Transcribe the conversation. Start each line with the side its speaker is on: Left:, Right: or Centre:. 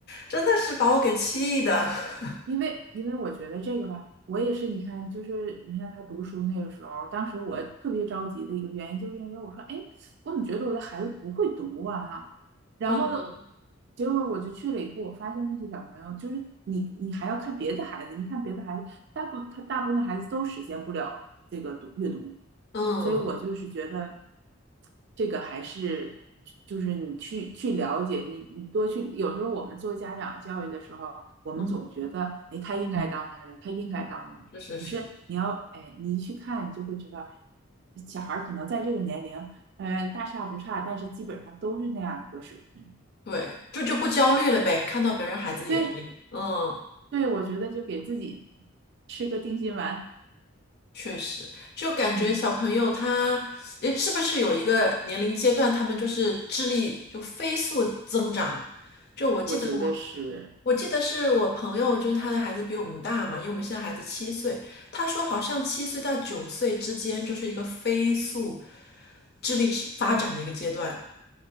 Left: 真的是把我给气的。<laughs>
Right: 因为因为我觉得这个吧，我也是，你看，就是你看他读书那个时候，当时我特别着急的一个原因，就是因为我说，哎，我怎么觉得我的孩子不会读啊？哈，然后呢，
Left: 嗯
Right: 结果我就去了以后，我发现那些小朋友，就是你你还要看别的孩子，你看别的孩子，大部他大部分孩子都实现不了这个读阅读，
Left: 嗯
Right: 所以我就是觉得这个还是就是你去去了解，你你多去，有时候我们做家长教育的时候。我们总觉得，
Left: 嗯，
Right: 哎，他应该到那儿了，他应该到那儿了。
Left: 是是是，
Right: 可是你要，哎，你一去看，你就会知道，小孩儿可能在这个年龄，呃，大差不差，但是基本上都是那样一个水平。
Left: 对，就就不焦虑了呗，看到别人孩子也这样，
Right: 对，
Left: 嗯。
Right: 对，我觉得就给自己吃个定心丸，
Left: 确实，就感觉小朋友他，
Right: 嗯，
Left: 诶，是不是有一个年龄阶段，他们就是智力就飞速增长？就我记得我，
Right: 我觉得是
Left: 我记得是我朋友，就是他的孩子比我们大嘛，因为我们现在孩子七岁，他说好像七岁到九岁之间就是一个飞速智力之发展的一个阶段。